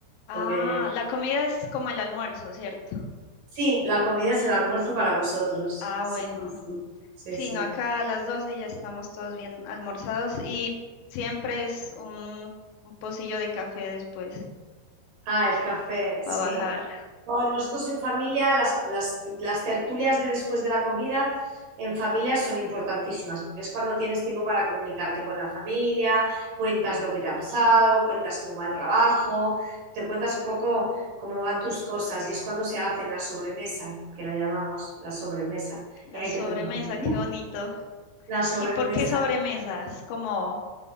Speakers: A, on the left; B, on the right.
A: Ah,
B: porque
A: la comida es como el almuerzo, ¿cierto?
B: sí, la comida es el almuerzo para vosotros.
A: Ah,
B: Sí,
A: bueno.
B: sí, sí, sí,
A: Sí,
B: sí.
A: no, acá a las 12 ya estamos todos bien almorzados y siempre es un, un pocillo de café después
B: Ah, el café,
A: para
B: sí.
A: bajar
B: Bueno, nosotros en familia, las, las- las tertulias de después de la comida en familia son importantísimas, porque es cuando tienes tiempo para comunicarte con la familia, cuentas lo que te ha pasado, cuentas cómo va el trabajo, te cuentas un poco cómo van tus cosas y es cuando se hacen la sobremesa, que la llamamos la sobremesa.
A: la
B: Y ahí
A: sobremesa,
B: te tomas un-
A: qué bonito.
B: la sobremesa.
A: ¿Y por qué sobremesa? Es como,